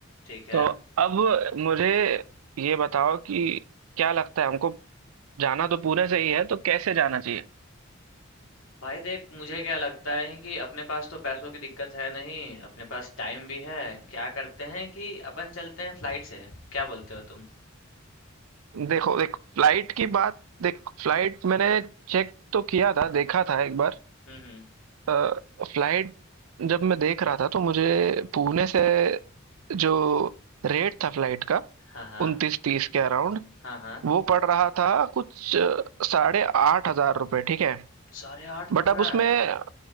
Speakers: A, on the left (about 70°); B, on the right (about 85°).
A: ठीक है
B: तो अब मुझे ये बताओ कि क्या लगता है हमको जाना तो पुणे से ही है तो कैसे जाना चाहिए
A: भाई देख मुझे क्या लगता है कि अपने पास तो पैसों की दिक्कत है नहीं अपने पास टाइम भी है क्या करते हैं कि अपन चलते हैं फ्लाइट से क्या बोलते हो तुम
B: देखो देख फ्लाइट की बात देख फ्लाइट मैंने चेक तो किया था देखा था एक बार
A: हम्म हम्म
B: अ, फ्लाइट जब मैं देख रहा था तो मुझे पुणे से जो रेट था फ्लाइट का
A: हाँ हाँ
B: उनतीस तीस के अराउंड
A: हाँ हाँ
B: वो पड़ रहा था कुछ अ, साढ़े आठ हजार रुपये ठीक है
A: साढ़े आठ पड़
B: बट
A: रहा
B: अब उसमें
A: है
B: अ,